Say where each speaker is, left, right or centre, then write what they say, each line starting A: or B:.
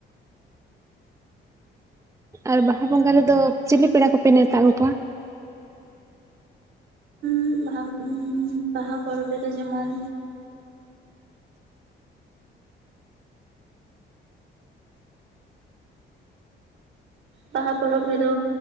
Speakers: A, on the right; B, on the right.
A: ᱟᱨ ᱵᱟᱦᱟ ᱵᱚᱸᱜᱟ ᱨᱮᱫᱚ ᱪᱤᱞᱤ ᱯᱮᱲᱟ ᱠᱚᱯᱮ ᱱᱮᱣᱛᱟ ᱟᱹᱜᱩ ᱠᱚᱣᱟ?
B: ᱩᱸᱜ ᱵᱟᱦᱟ ᱵᱟᱦᱟ ᱯᱚᱨᱚᱵᱽ ᱨᱮᱫᱚ ᱡᱮᱢᱚᱱ ᱵᱟᱦᱟ ᱯᱚᱨᱚᱵᱽ ᱨᱮᱫᱚ